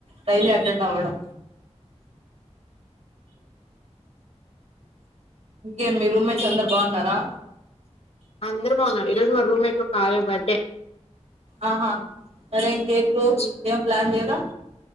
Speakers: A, on the right; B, on the left.
A: డైలీ అటెండ్ అవ్వడం ఇంకేం మీ రూమెట్స్ అందరు బాగున్నారా
B: అందరు బాన్నరు ఇరోజు మా రూమ్మేట్ కావ్య బర్డే
A: ఆహా అరే ఇ కేకు
B: ఉమ్,
A: ఏం ప్లాన్ చేయలా